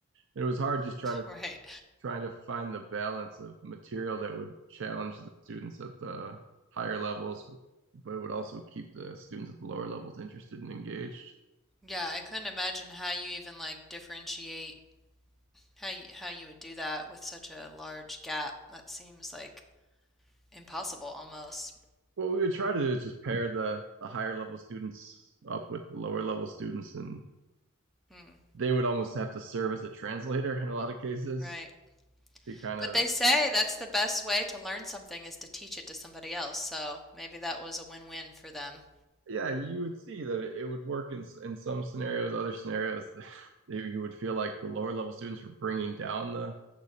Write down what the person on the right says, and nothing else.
And it was hard just trying to
trying to find the balance of material that would challenge the students at the higher levels, but it would also keep the students at the lower levels interested and engaged.
what we would try to do is just pair the the higher level students up with the lower level students and
they would almost have to serve as a translator in a lot of cases
to kind
of
yeah you would see that it, it would work in in some scenarios other scenarios <laughs> you would feel like the lower level students were bringing down the,